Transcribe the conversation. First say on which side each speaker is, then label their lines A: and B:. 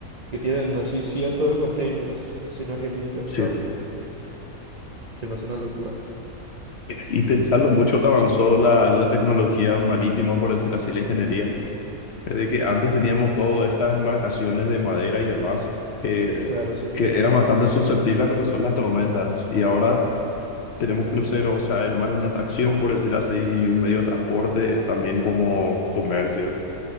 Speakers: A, on the right (about 60°); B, on the left (about 55°).
A: que tienen así cientos de containers, si no es que miles, o
B: Sí.
A: sea. Se me hace una locura.
B: Y pensarlo mucho que avanzó la, la tecnología marítima, por decir así, la ingeniería. De que antes teníamos todas estas embarcaciones de madera y demás, que,
A: Claro, sí.
B: que eran bastante susceptibles a lo que son las tormentas. Y ahora tenemos cruceros, o sea, el mar es una atracción, por decir así, y un medio de transporte también como comercio,